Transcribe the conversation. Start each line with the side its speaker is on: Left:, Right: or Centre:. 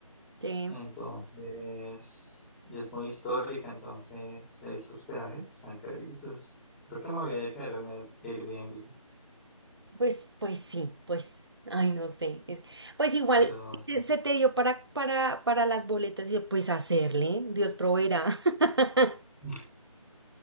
Right: Sí.
Centre: entonces, y es muy histórica, entonces estos peajes están caritos. Creo que me voy a quedar en un Air- Airbnb.
Right: Pues, pues sí, pues, ay, no sé. es- Pues igual
Centre: pero
Right: te- se te dio para, para, para las boletas y yo, pues hacerle, Dios proveerá. <laughs>
Centre: <laughs>